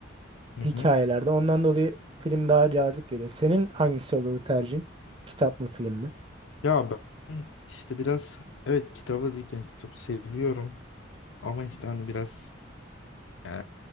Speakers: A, on the left (about 70°); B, on the right (about 25°).
A: hı hı.
B: hikayelerde. Ondan dolayı film daha cazip geliyor. Senin hangisi olur tercihin? Kitap mı film mi?
A: Ya ben işte biraz evet kitabı yani kitap seviyorum ama işte hani biraz eee,